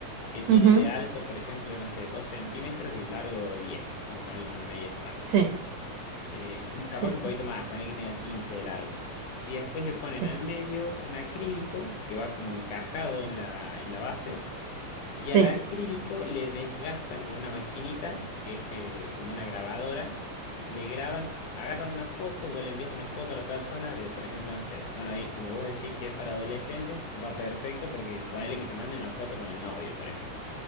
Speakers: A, on the left; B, on the right.
A: que tiene
B: Ujú.
A: de alto, por ejemplo, no sé, 2 centímetros y largo 10. Vamos a ponerle una medida estándar.
B: Sí,
A: Eh, un, capaz
B: sí,
A: que
B: sí,
A: un poquito más, Poner que tenga 15 de largo. Y después le ponen
B: sí,
A: al medio un acrílico que va como encajado en la, en la base. Y
B: sí,
A: al acrílico le desgastan con una maquinita, que es que, como una grabadora, le graban, agarran una foto, vos le envías una foto a la persona de, por ejemplo, no sé, bueno, y como vos decís que es para adolescentes, va perfecto porque ponele que te manden una foto con el novio, por ejemplo.